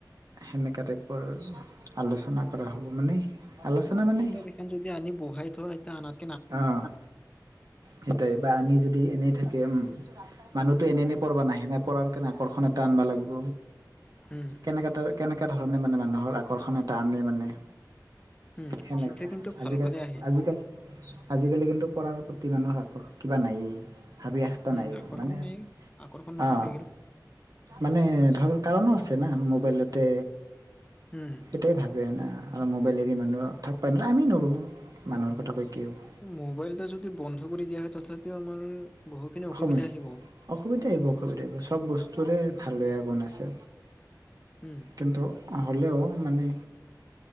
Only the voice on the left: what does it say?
এতিয়াও হয়
কিতাপ এখন যদি আনি বহাই থয়, এতিয়া আনা <inaudible>
উম,
উম।
উম,
শিক্ষা কিন্তু ভাল
ভালে আহে।
উম,
আকৰ্ষণ
নাই আকৰ্ষণ নোহোৱা
হৈ গ'ল।
উম্,
মোবাইলটো যদি বন্ধ কৰিও দিয়া হয়, তথাপিও আমাৰ বহুখিনি অসুবিধা
আহিব।
উম,
উম্।